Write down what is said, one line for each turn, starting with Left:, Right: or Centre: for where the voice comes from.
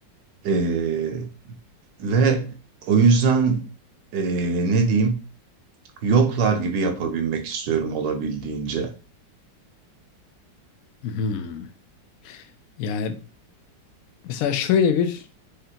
Right: Ee, ve o yüzden ee, ne diyeyim yoklar gibi yapabilmek istiyorum olabildiğince.
Left: Hmm. Yani mesela şöyle bir